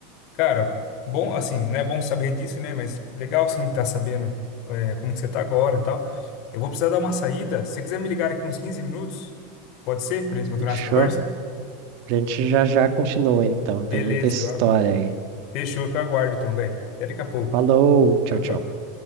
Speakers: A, on the left (about 45°); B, on the right (about 50°).
A: Cara, bom, assim, não é bom saber disso, né? Mas legal, sim, tá sabendo é, como que você tá agora e tal. Eu vou precisar dar uma saída. Se você quiser me ligar aqui uns 15 minutos, pode ser? Pra gente continuar
B: Fechou?
A: essa conversa?
B: A gente já já continua então,
A: Beleza,
B: tem muita história
A: então,
B: aí.
A: Fechou, que eu aguardo então, velho. Até daqui a pouco.
B: Falou, tchau,
A: Tchau, tchau.
B: tchau.